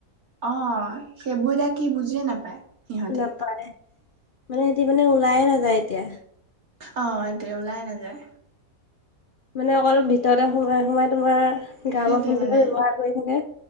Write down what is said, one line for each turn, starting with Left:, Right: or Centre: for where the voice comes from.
Right: অ', সেইবোৰ এতিয়া কি বুজিয়ে নাপায়। সিহঁতে
Left: নাপায় মানে সিহতি মানে ওলায়ে নাযায় এতিয়া।
Right: অ' সিহঁতে ওলাই নাযায়।
Left: মানে অকল ভিতৰতে সোমাই, সোমাই তোমাৰ
Right: সেইটোৱে
Left: গাঁৱৰ ফোনটোকে
Right: মানে
Left: ব্যৱহাৰ
Right: অ',
Left: কৰি থাকে।